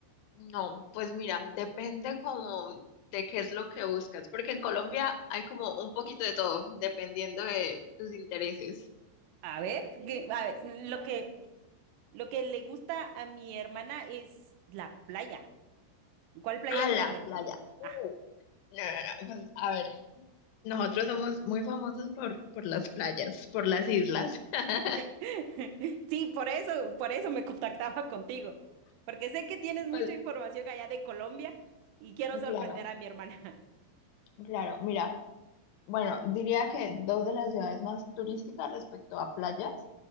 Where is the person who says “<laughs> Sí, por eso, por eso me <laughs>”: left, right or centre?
Right